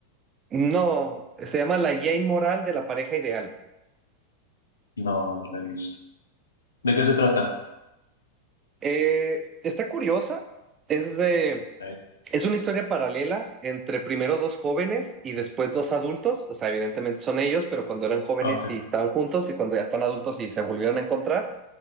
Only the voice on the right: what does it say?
no, se llama La Jane Moral de la pareja ideal.
Eh, está curiosa, es de,
Es una historia paralela entre primero dos jóvenes y después dos adultos, o sea, evidentemente son ellos, pero cuando eran jóvenes
y estaban juntos y cuando ya están adultos y se volvieron a encontrar.